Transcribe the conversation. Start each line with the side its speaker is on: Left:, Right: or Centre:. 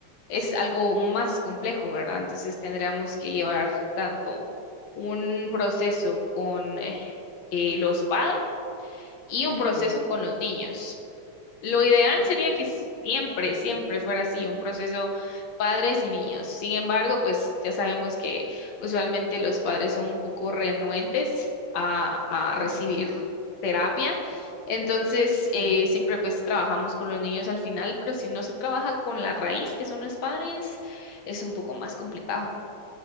Left: es
Right: Mm.
Left: algo más complejo, ¿verdad? Entonces, tendríamos que llevar tanto un proceso con eh, eh, los padres y un
Right: Ujú.
Left: proceso con los niños. Lo ideal
Right: Uf.
Left: sería que siempre, siempre fuera así, un proceso padres y niños. Sin embargo, pues ya sabemos que usualmente los padres son un poco renuentes a, a recibir
Right: Mm,
Left: terapia. Entonces, eh,
Right: Sí.
Left: siempre pues trabajamos con los niños al final, pero si no se trabaja con la raíz, que son los padres, es un poco más complicado.